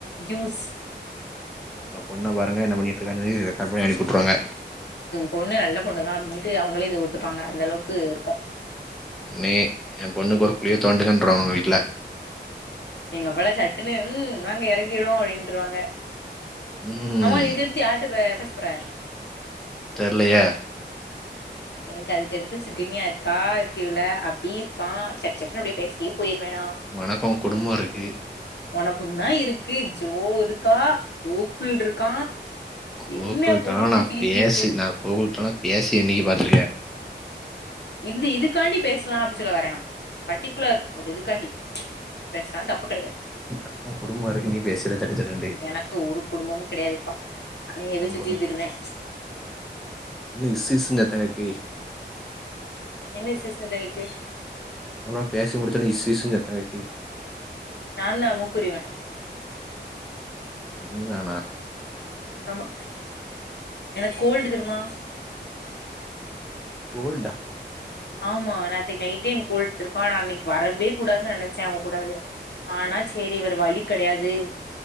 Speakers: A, on the left; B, in the centre.
A: யூஸ்
B: உங்க பொண்ண பாருங்க என்ன பண்ணிட்டுக்கா சொல்லி ரெக்கார்டு பண்ணி அனுப்பிட்ருவாங்க
A: பொண்ணு நல்ல பொண்ணுக அப்டின்ட்டு அவுங்களே இத ஒத்துப்பாங்க அந்த அளவுக்கு இருக்கு
B: நே ஏ பொண்ணுக்கு ஒரு குளிய தோண்டுங்கன்றுவாங்க உங்க வீட்ல
A: எங்க அப்பலா சட்டுன்னு ம் வாங்க எறக்கிடுவோ அப்டின்ருவாங்க
B: ம்
A: ஆமா இதுக்கெடுத்து யார்ட்ட பேசப்போற
B: தெர்லயே
A: எனக்கு அதுக்கடுத்து சிகினியா இருக்கா க்யூல அபி இருக்கா சக் சக்னு அப்டியே பேசிட்டே போயிருவேணா
B: ஒனக்கு குடும்போ இருக்கு
A: ஒனக்கு தா இருக்கு ஜோ இருக்கா கோக்குல் இருக்கா
B: கோக்குல்ட்டனா
A: என்ன போட்டுக்கிட்டு
B: நா
A: ஃபீல்
B: பேசி
A: பண்ணிக்கிட்டு
B: நா கோக்குல்ட்டனா பேசி என்னைக்கு பாத்துருக்க
A: இந்த இதுக்காண்டி பேசலா அப்டி சொல்ல வரனா பர்ட்டிகுலர் ஒரு இதுக்காண்டி பேசலா தப்பு கெடையாது
B: அப்ப குடும்பமா இருக்கு நீ பேசல சட்டுச்சட்டுட்டு
A: எனக்கு ஒரு குடும்பமு கெடையாதுப்பா எதோ
B: உன்
A: சுத்திட்டு திரிறே
B: இன்னு இசிஸ் இன்னோ எத்தன இருக்கு
A: என்ன சீசன் இதுல இருக்கு
B: அப்றோ பேசி முடிச்சோன்னே இஸ் இஸ் சத்தங்கேக்கு
A: நா தா முக்குரிவ
B: நீதானா
A: ஆமா எனக்கு கோல்டு தெரிமா
B: கோல்டா
A: ஆமா நேத்திக்கு நைட்டே எனக்கு கோல்டு தெரிமா நா இன்னைக்கு வரவே கூடாது நெனச்சே அவுங்க கூட வெளிய ஆனா சேரி வேற வழி கெடையாது